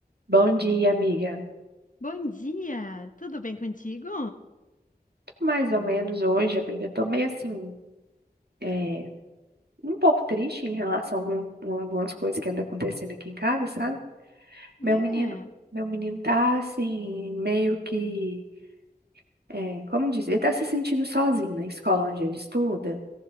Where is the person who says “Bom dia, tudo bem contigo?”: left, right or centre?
Left